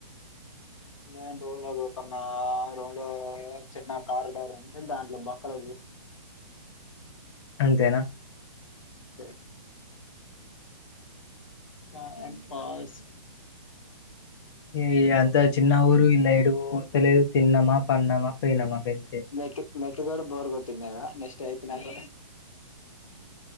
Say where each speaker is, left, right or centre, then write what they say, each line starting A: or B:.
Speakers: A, on the left (about 70°); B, on the left (about 45°).
A: నేను రూంలో కుసున్నాన్ ఆ రోంలో రోజ చిన్న కారిడా ఉంటె దాంట్లో బక్కర
B: అంతేనా
A: ంతే టై పాస్
B: ఏ ఇదంత చిన్న ఊరు ఇండ్ల ఎడు పోవత్తలేదు తిన్నమా పన్నమా పొయినమ గ
A: బైట్ నెట్టు గడ బోర్ కొట్టింద్ గదా నెక్ట్ ఐత్ నాక్